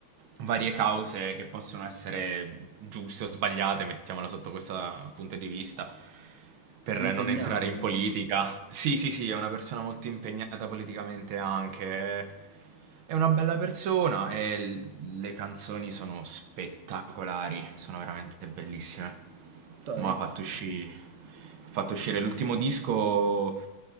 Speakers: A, on the right; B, on the right.
A: varie cause che possono essere giuste o sbagliate, mettiamola sotto questo punto di vista. Per
B: È impegnato
A: non entrare in
B: comunque.
A: politica. Sì, sì, sì, è una persona molto impegnata politicamente anche. È una bella persona e l- le canzoni sono spettacolari, sono veramente bellissime.
B: Dai.
A: Mo' ha fatto uscire, ha fatto uscire l'ultimo disco